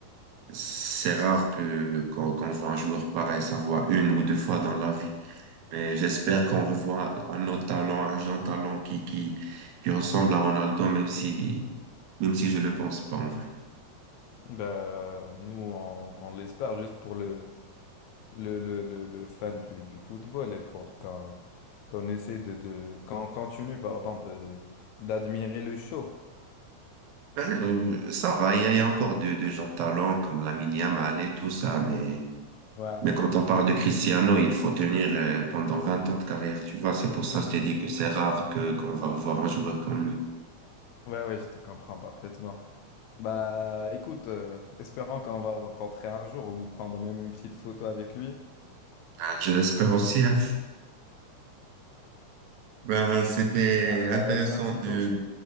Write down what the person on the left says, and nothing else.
Bah, nous, on, on l'espère juste pour le, le, le, le, le fan du, du football et pour qu'on qu'on essaie de, de qu'on continue, pardon, de d'admirer le show.
Ouais,
ouais, ouais, je te comprends parfaitement. Bah, écoute, euh, espérons qu'on va le rencontrer un jour ou prendre même une petite photo avec lui.
Euh,
merci
pour ça.